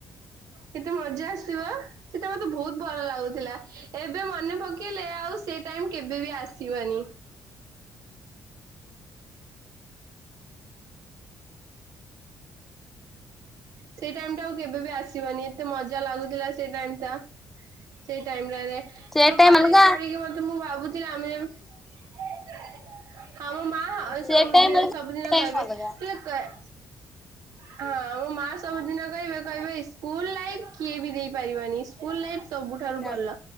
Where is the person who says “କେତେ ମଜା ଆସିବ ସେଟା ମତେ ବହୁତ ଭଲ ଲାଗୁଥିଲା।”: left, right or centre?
Right